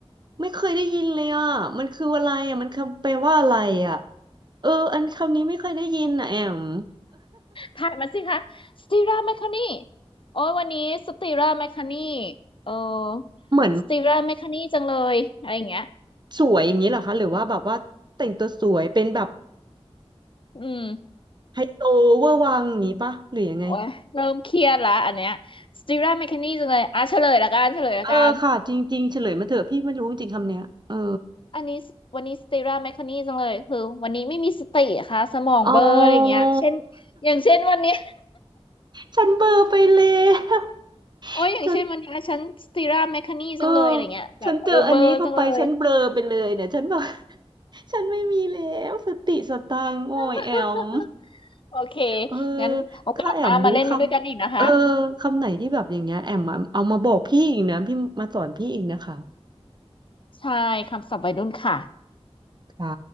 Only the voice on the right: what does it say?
ไม่เคยได้ยินเลยอ่ะมันคืออะไรอ่ะมันคำแปลว่าอะไรอ่ะเอออันคำนี้ไม่เคยได้ยินนะแอม
เหมือน
สวยอย่างนี้เหรอคะหรือว่าแบบว่าแต่งตัวสวยเป็นแบบ
ไฮโซเวอร์วังอย่างนี้ปะหรือยังไง
เออค่ะจริงๆเฉลยมาเถอะพี่ไม่รู้จริงๆคำเนี้ยเออ
อ๋อ
ฉันเบลอไปแล้ว
ฉันเออฉันเจออันนี้เข้าไปฉันเบลอไปเลยเนี่ยฉันบอก <laughs> ฉันไม่มีแล้วสติสตังค์โอ้ยแอม
เออ
ถ้าแอมรู้คำเออคำไหนที่แบบอย่างเงี้ยแอมมาเอามาบอกพี่อีกนะพี่มาสอนพี่อีกนะคะ
ค่ะ